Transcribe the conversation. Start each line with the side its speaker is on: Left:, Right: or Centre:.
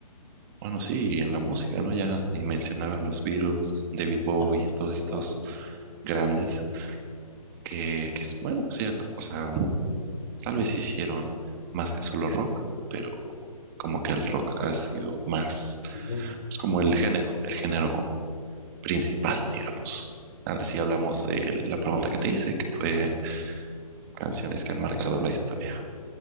Right: Bueno, sí, y en la música, ¿no? Ya ni mencionar a los Beatles, David Bowie,
Left: Ah,
Right: todos estos
Left: No, pues sí,
Right: grandes que, que es- bueno, sí, o sea, tal vez hicieron más que solo rock, pero como que el rock ha sido más,
Left: pues no.
Right: pues como el género, el género principal, digamos. Ahora sí hablamos de la pregunta que te hice, que fue canciones que han marcado la historia.